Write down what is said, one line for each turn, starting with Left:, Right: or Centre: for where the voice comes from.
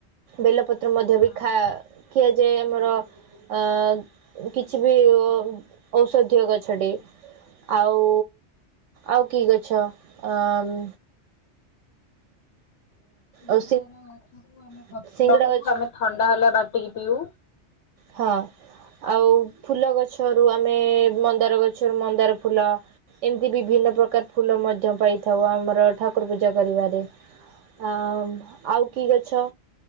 Right: ବେଲପତ୍ର ମଧ୍ୟ
Left: ସିଙ୍ଗଡାର
Right: ବି ଖା ଖିଆଯାଏ ଆମର ଆ କିଛି ବି ଔଷଧୀୟ ଗଛଟି। ଆଉ ଆଉ କିି ଗଛ ଆଁ
Left: ଗଛ
Right: ଅ
Left: ପ
Right: ସିଙ୍ଗଡ଼ା ଗଛ
Left: ଆମେ ଥଣ୍ଡା ହେଲେ ବାଟିକି ପିଉ।
Right: ହଁ। ଆଉ ଫୁଲ ଗଛରୁ ଆମେ ମନ୍ଦାର ଗଛରୁ ମନ୍ଦାର ଫୁଲ। ଏମିତି ବିଭିନ୍ନ ପ୍ରକାର ଫୁଲ ମଧ୍ୟ ପାଇଥାଉ ଆମର ଠାକୁର ପୂଜା କରିବାରେ। ହଁ ଆଉ କି ଗଛ?